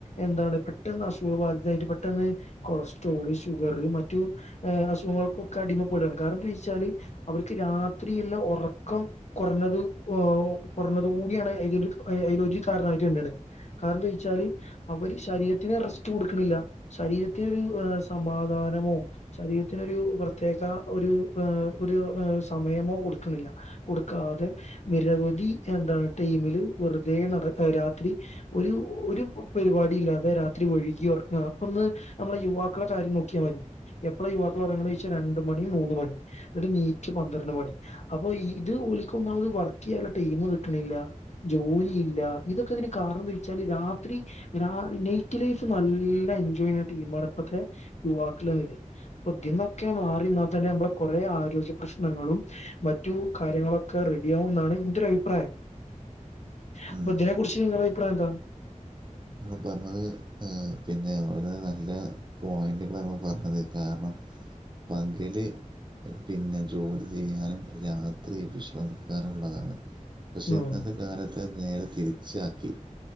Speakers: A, on the left; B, on the right.
A: എന്താണ് പെട്ടെന്ന് അസുഖ ബാധിതായിട്ട് പെട്ടെന്ന് കൊളസ്ട്രോള് ഷുഗർ മറ്റുഏ അസുഖങ്ങൾക്കൊക്കെ അടിമപ്പെടുകാണ് കാരണം എന്ത വെച്ചാല്. അവർക്ക് രാത്രിയല്ല ഉറക്കം കുറഞ്ഞത് കുറഞ്ഞത് കൂടിയാണ് അ. അ കാരട്ടാണ് കാരണംന്താച്ചാല് അവര് ശരീരത്തി- ടുക്കില്ല ശരീരത്തിനരു സമാധാനമോ ശരീരത്തിനരു പ്രത്യേക ഒരു - ആ. ഒരു സമയമോ കൊടുക്കണില്ല കൊടുക്കാതെ നിരവധി എന്താണ് ടൈമില് വെറുതെ നട രാത്രി ഒരു ഒരു പരിപാടി ഇല്ലാതെ രാത്രി ഒഴുകിറങ്ങ ഒ നമ്മളെ യുവാക്കളെ കാര്യം നോക്കിയാൽ മതി എപ്പോഴ യുവാക്കൾ ഉറങ്ങ ച രണ്ട മണി മൂന്ന് മണി നീക്ക പന്ത്ര പണി അപ്പൊ ഇത് ഒഓലിക്കന്നാത് വർക്ക് ചെയ്യുള്ള ടീം കിട്ടണില്ല ജോലിയില്ല ഇതൊക്കെ ഇതിന് കാരണംച്ചാൽ രാത്രി നൈറ്റ് ലൈഫ് നല്ല- ഈ മടപ്പത്തെ യുവാക്ക അൊന്നൊക്കെ മാറിനിന്നാൽ തന്നെ നമ്മ കൊറ ദ്യ പ്രശ്നങ്ങളും മറ്റു കാര്യങ്ങളൊക്കെ റെഡിയാവും എന്നാണ് എന്റെ ര ഭിപ്രായം
B: ഉം
A: അപ്പൊ ഇതിനെ കുുറിച്ച് നിങ്ങള അഭിപ്രായം എന്താണ്?
B: നമ്മൾ പറഞ്ഞത് പിന്നെ വളരെ നല്ല പോയിന്റുകളാണ് പറഞ്ഞത് കാരണം പങ്കല് പിന്നെ ജോലി ചെയ്യാനും രാത്രി വിശ്രമിക്കാനുംള്ളതാണ് പക്ഷെ
A: ഓഹ്
B: ഇന്നത്തെ കാലത്ത് നേരെ തിരിച്ചാക്കി